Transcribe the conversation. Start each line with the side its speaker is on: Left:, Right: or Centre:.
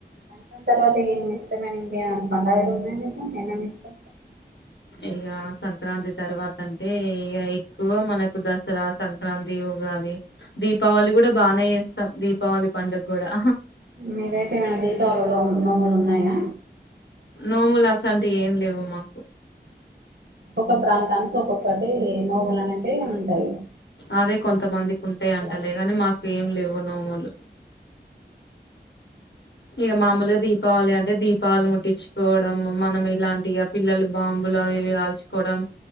Right: సంక్రాంతి తర్వాత ఏమి ఇష్టమని ఏమనా పండుగలు ఉన్నాయి మీద నేమేమి ఇస్తా
Left: ఇక సంక్రాంతి తర్వాత అంటే, ఇక ఎక్కువ మనకు దసరా, సంక్రాంతి, ఉగాది, దీపావళి కూడా బాగానే చేస్తాం దీపావళి పండుగ కూడా
Right: మీవైతే ఏమైనా దీపావళిలో నోము నోములు ఉన్నాయా
Left: నోములసంటి ఏం లేవుమ్మా
Right: ఒక్క ప్రాంతానికి ఒక్కొక్కటి నోములు అనేటివి ఉంటాయి
Left: అదే కొంతమందికి ఉంటేయి అంటలే
Right: అలాగే మీదైతే
Left: మాకు
Right: ఉంటాయా
Left: ఏం లేవు నోములు ఇగా మామూలుగా దీప్ దీపావళి అంటే దీపాలు ముట్టించుకోవడం మనం ఇలాంటిగా పిల్లలు బాంబులు అవి ఇవి కాల్చుకోవడం,